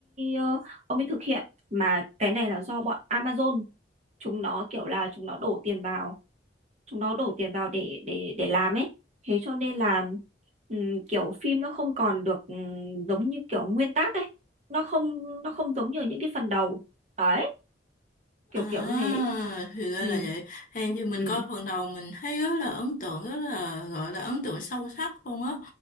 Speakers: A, on the right; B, on the left.
A: ờ, ông ấy thực hiện mà cái này là do bọn Amazon chúng nó kiểu là chúng nó đổ tiền vào chúng nó đổ tiền vào để để để làm ấy thế cho nên là ừm, kiểu phim nó không còn được ừm, giống như kiểu nguyên tác ấy nó không nó không giống như ở những cái phần đầu đấy
B: À,
A: kiểu kiểu như thế
B: thì ra
A: ừ
B: là vậy. Hèn gì mình
A: ừ
B: coi phần đầu mình thấy rất là ấn tượng, rất là gọi là ấn tượng sâu sắc luôn á.